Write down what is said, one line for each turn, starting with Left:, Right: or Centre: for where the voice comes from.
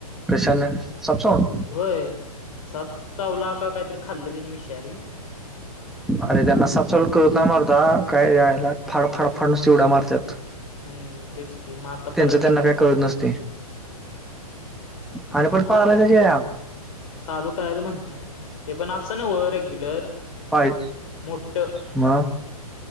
Centre: कशाने सापसावून
Left: होय स चावला का काहीतरी खाल्लं तिने मी शियारी
Centre: अरे त्यांना सापसल करत नाही मारता काय यायला फाडफाडफाडण चिवड्या मारतात
Left: हम्म तेच की मग आता
Centre: त्यांचं
Left: परत
Centre: त्यांना
Left: हे करणार
Centre: काय नसते आणिर पण
Left: माहित
Centre: पाहालाय
Left: आहे.
Centre: त्याच्या
Left: चालू करायचं म्हणता मी ते पण असं ना व रेग्युलर
Centre: पाय
Left: मोठ
Centre: मग